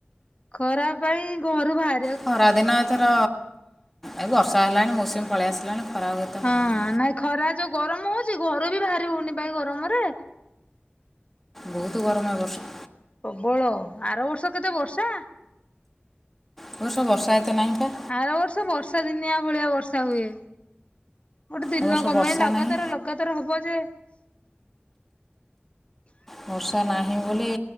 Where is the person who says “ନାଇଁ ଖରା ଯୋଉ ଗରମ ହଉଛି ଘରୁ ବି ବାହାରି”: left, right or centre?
Left